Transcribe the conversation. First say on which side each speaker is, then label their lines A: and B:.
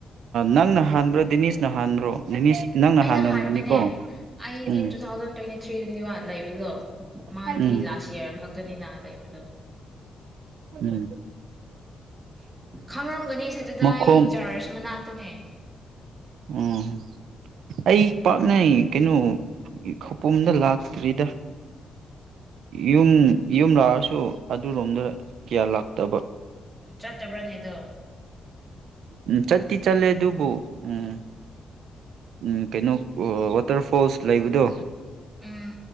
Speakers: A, on the right; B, on the right.
A: ꯅꯪꯅ ꯍꯥꯟꯕ꯭ꯔꯣ ꯗꯤꯅꯤꯁꯅ ꯍꯥꯟꯕ꯭ꯔꯣ ꯗꯤꯅꯤꯁ ꯅꯪꯅ
B: ꯑꯩꯅ
A: ꯍꯥꯟꯔꯝꯒꯅꯤꯀꯣ
B: ꯍꯥꯟꯕꯅꯦ ꯑꯩꯗꯤ
A: ꯎꯝ
B: ꯇꯨ ꯊꯥꯎꯖꯟ ꯇ꯭ꯋꯦꯟꯇꯤ ꯊ꯭ꯔꯤꯗꯅꯦꯕ ꯂꯩꯕꯗꯣ ꯃꯥꯗꯤ
A: ꯎꯝ
B: ꯂꯥꯁ ꯌꯥꯔ ꯈꯛꯇꯅꯤꯅ ꯂꯩꯕꯗꯣ
A: ꯎꯝ
B: ꯈꯪꯔꯝꯒꯅꯤꯁ ꯑꯗꯨꯗ
A: ꯃꯈꯣꯝ
B: ꯑꯩ ꯆꯥꯔꯖ ꯃꯅꯥꯛꯇꯅꯦ
A: ꯎꯝ ꯑꯩ ꯄꯥꯛꯅꯩ ꯀꯩꯅꯣ ꯈꯧꯄꯨꯝꯗ ꯂꯥꯛꯇ꯭ꯔꯤꯗ ꯌꯨꯝ ꯌꯨꯝ ꯂꯥꯛꯑꯁꯨ ꯑꯗꯨꯔꯣꯝꯗ ꯀꯌꯥ ꯂꯥꯛꯇꯕ
B: ꯆꯠꯇꯕ꯭ꯔꯥꯅꯦꯗꯣ
A: ꯎꯝ ꯆꯠꯇꯤ ꯆꯠꯂꯦ ꯑꯗꯨꯕꯨ ꯎꯝ ꯎꯝ ꯀꯩꯅꯣ ꯋꯥꯇꯔ ꯐꯣꯜꯁ ꯂꯩꯕꯗꯣ
B: ꯎꯝ